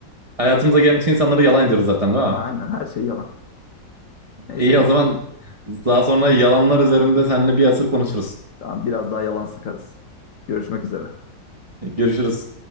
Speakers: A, on the right; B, on the left.
A: hayatımıza gelen bütün insanları yalan ediyoruz zaten değil
B: Ya
A: mi?
B: aynen her şey yalan. Neyse
A: İyi o zaman daha sonra yalanlar üzerinde seninle bir asır konuşuruz.
B: Tamam biraz daha yalan sıkarız. Görüşmek üzere.
A: Görüşürüz.